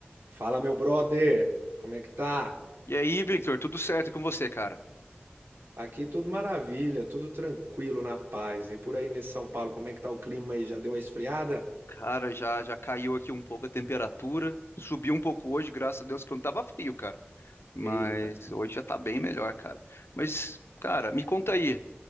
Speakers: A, on the right; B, on the left.
A: Fala, meu brother, como é que tá?
B: E aí, Victor, tudo certo com você, cara?
A: Aqui tudo maravilha, tudo tranquilo, na paz. E por aí nesse São Paulo, como é que tá o clima aí? Já deu uma esfriada?
B: Cara, já já caiu aqui um pouco a temperatura, subiu um pouco hoje, graças a Deus que não tava frio, cara. Mas
A: Eita.
B: hoje já tá bem melhor, cara. Mas, cara, me conta aí.